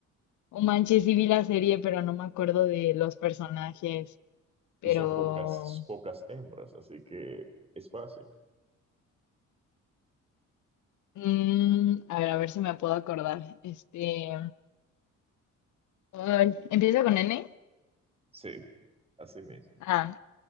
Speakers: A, on the left (about 75°); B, on the right (about 20°).
A: oh manches, sí vi la serie, pero no me acuerdo de los personajes. Pero,
B: Y son pocas, pocas hembras, así que es fácil.
A: mm, a ver, a ver si me puedo acordar. Este, ay, empieza con N.
B: Sí, así mismo.
A: Ah,